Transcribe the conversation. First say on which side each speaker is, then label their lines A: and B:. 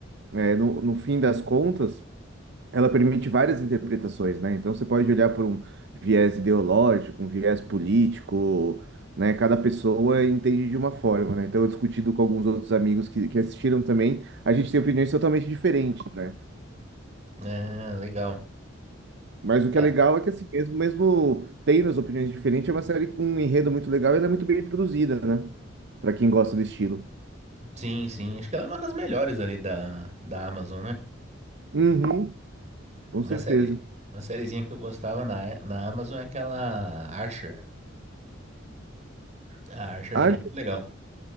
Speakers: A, on the right; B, on the right.
A: é, no, no fim das contas ela permite várias interpretações, né? Então você pode olhar por um viés ideológico, um viés político, né? Cada pessoa entende de uma forma, né? Então, eu discutido com alguns outros amigos que, que assistiram também, a gente tem opiniões totalmente diferentes, né?
B: É, legal.
A: Mas o que
B: É,
A: é legal é que assim mesmo, mesmo tendo as opiniões diferentes, é uma série com um enredo muito legal e ela é muito bem produzida, né? Para quem gosta do estilo.
B: Sim, sim. Acho que ela é uma das melhores ali da, da Amazon, né?
A: Uhum, com
B: Uma
A: certeza.
B: série, uma sériezinha que eu gostava na, na Amazon é aquela Archer. A Archer eu
A: Acho
B: achei muito
A: que
B: legal.